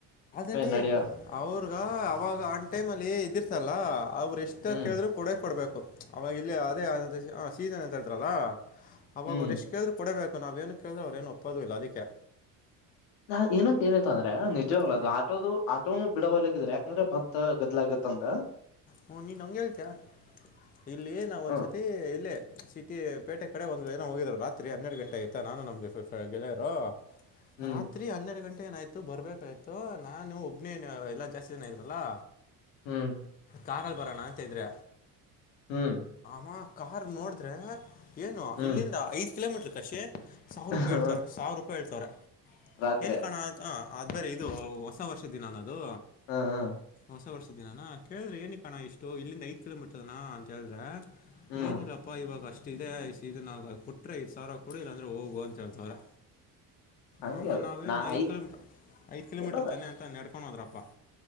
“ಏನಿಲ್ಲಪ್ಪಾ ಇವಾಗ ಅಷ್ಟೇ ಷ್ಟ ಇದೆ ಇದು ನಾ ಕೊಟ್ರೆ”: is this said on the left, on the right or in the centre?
Left